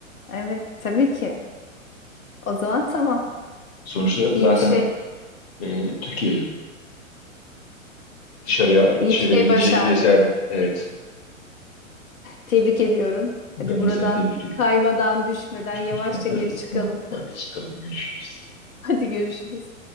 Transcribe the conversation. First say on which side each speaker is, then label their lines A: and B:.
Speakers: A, on the left; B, on the left.
A: Evet, tabii ki. O zaman tamam.
B: Sonuçta zaten
A: İyi bir şey,
B: e, Türkiye'ye dışarıya
A: e, iyi
B: dışarıya
A: bir şey
B: gidecek
A: başardık.
B: bir eserdi. Evet.
A: Tebrik ediyorum.
B: Ben
A: Hadi buradan
B: de seni tebrik ediyorum.
A: kaymadan, düşmeden yavaşça
B: <laughs>
A: geri çıkalım.
B: Tamam, hadi çıkalım görüşürüz.
A: <laughs> Hadi görüşürüz.